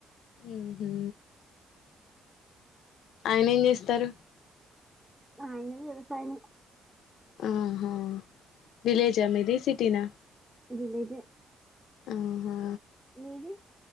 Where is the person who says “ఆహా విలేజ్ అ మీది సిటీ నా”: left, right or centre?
Left